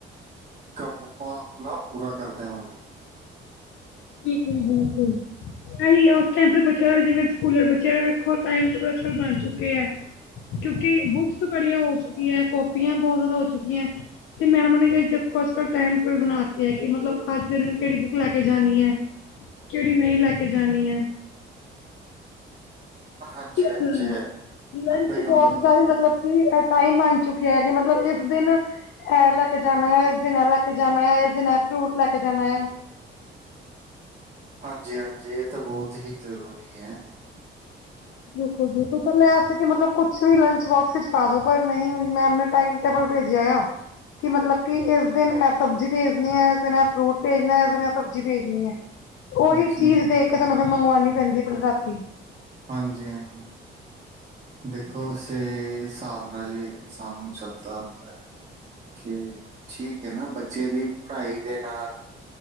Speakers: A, on the right (about 35°); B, on the left (about 75°).
A: ਕੰਮ ਆਪਾਂ ਆਪਣਾ ਪੂਰਾ ਕਰ ਦੇਵਾਂਗੇ।
B: ਠੀਕ ਏ ਬਿਲਕੁੱਲ। ਆਈ ਉਸ ਟਾਇਮ ਫਿਰ ਬੱਚਿਆਂ ਦਾ ਵੀ ਜਿਵੇਂ ਸਕੂਲ ਆਲੇ ਬੱਚਿਆਂ ਦਾ ਵੇਖੋ‌ ਟਾਇਮ‌ ਟੇਬਲ ਅੱਜ-ਕੱਲ ਬਣ ਚੁੱਕੇ ਐ। ਕਿਉਂਕਿ ਬੁੱਕਸ ਬੜੀਆਂ ਹੋ ਚੁੱਕੀਆਂ ਐ, ਕੋਪੀਆਂ ਬੋ ਜਿਆਦਾ ਹੋ ਚੁੱਕੀਆਂ ਐ। ਤੇ ਮੈਡਮਾਂ ਨੇ ਵੇ ਦੇਖੋ ਅੱਜ-ਕੱਲ ਟੈਮ ਟੇਬਲ ਬਨਾ ਤੇ ਐ ਕਿ ਮਤਲਬ ਅੱਜ ਦੇ ਦਿਨ ਕੇੜੀ ਬੁੱਕ ਲੈ ਕੇ ਜਾਨੀ ਐ ਕੇੜੀ ਨਈ ਲੈ ਕੇ ਜਾਨੀ ਐ।
A: ਹਾਂਜੀ
B: ਅ
A: ਹਾਂਜੀ ਏਦਾਂ
B: ਲੰਚ
A: ਹੀ ਹੁੰਦਾ
B: ਬੋਕਸ ਗਏ ਮਤਲਬ ਕੀ ਐ ਟਾਈਮ ਬਨ ਚੁੱਕਿਐ ਕਿ ਮਤਲਬ ਇਸ ਦਿਨ ਐ ਲੈ ਜਾਨੈ, ਇਸ ਦਿਨ ਐ ਲੈ ਕੇ ਜਾਨੈ, ਇਸ ਦਿਨ ਐ ਫਰੂਟ ਲੈ ਕੇ ਜਾਨੈ
A: ਹਾਂਜੀ-ਹਾਂਜੀ, ਏ ਤਾਂ ਬਹੁਤ ਹੀ ਜਰੂਰੀ ਐ।
B: ਬਿਲਕੁਲ-ਬਿਲਕੁਲ, ਪੈਲੇ ਐ ਸੀ ਕਿ ਮਤਲਬ ਕੁਛ ਵੀ ਲੰਚ ਬੋਕਸ ਇੱਚ ਪਾ ਦੋ, ਪਰ ਨਈ ਮੈਂਮ ਨੇ ਟਾਈਮ ਟੇਬਲ ਭੇਜਿਆ ਏਆ ਕਿ ਮਤਲਬ ਕਿ ਏਸ ਦਿਨ ਐ ਸਬਜੀ ਭੇਜਨੀ ਐ, ਐਸ ਦਿਨ ਐ ਫਰੂਟ ਭੇਜਨੈ, ਐਸ ਦਿਨ ਐ ਸਬਜੀ ਭੇਜਨੀ ਏ।
A: ਹਾਂਜੀ
B: ਓਹੀ ਚੀਜ਼ ਦੇਖ ਕੇ ਸਾਨੂੰ ਫੇਰ ਮੰਗਵਾਨੀ ਪੈਂਦੀ ਏ ਪੇਲ ਰਾਤੀ।
A: ਹਾਂਜੀ-ਹਾਂਜੀ। ਦੇਖੋ, ਉਸੇ ਸਾਬ ਨਾਲ ਈ ਇਨਸਾਨ ਚੱਲਦਾ ਹੁੰਦਾ ਐ। ਕਿ ਠੀਕ ਹੈ ਨਾ ਬੱਚੇ ਦੀ ਪੜਾਈ ਦੇ ਨਾਲ